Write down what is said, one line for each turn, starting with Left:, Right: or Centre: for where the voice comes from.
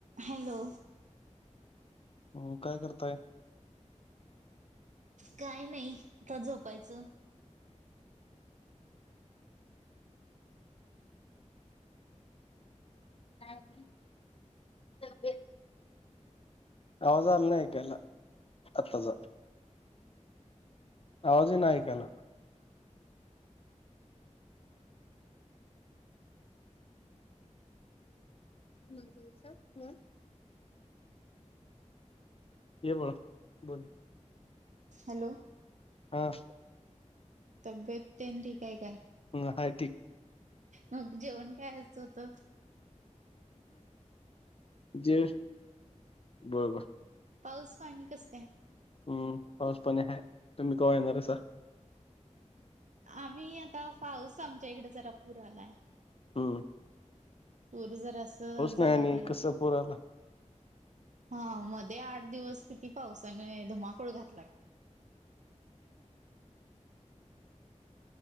Right: <inaudible> हॅलो
Left: हो काय करताय?
Right: काय नाही आता झोपायचं
Left: नाही तबेत आवाज आला नाही ऐकायला आत्ताचा आवाजे ना कला ह बोलच ह ये ब बोोल
Right: हॅलो
Left: हा
Right: तब्येत त्यां ठीकय काय
Left: ह हय ठीिकक
Right: मग जेवण कायचं होत
Left: जे बरोबर
Right: पाऊस पाणी कसं काय
Left: हम्म पाऊस पणे आहे तुम्ही क येणार आहे सर
Right: आम्ही आता पाऊस आमच्या इकडे जरा पुूर आलाय
Left: हम्
Right: पूर जरा असं जाऊ
Left: नाही आणि
Right: दे
Left: कसं पूर आला.
Right: हा मध्ये आठ दिवस किती पावसाने धुमाकूळ घातला